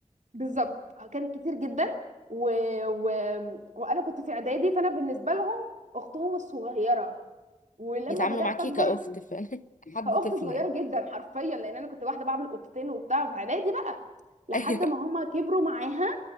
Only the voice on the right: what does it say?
بالظبط كان كتير جدا و... و... وانا كنت في اعدادي فانا بالنسبه لهم اختهم الصغيره ولما
بدات
اكبر
كاخت
صغيره
جدا حرفيا لان انا كنت واحده بعمل قطتين وبتاع في اعدادي بقى لحد
ما هما كبروا معاها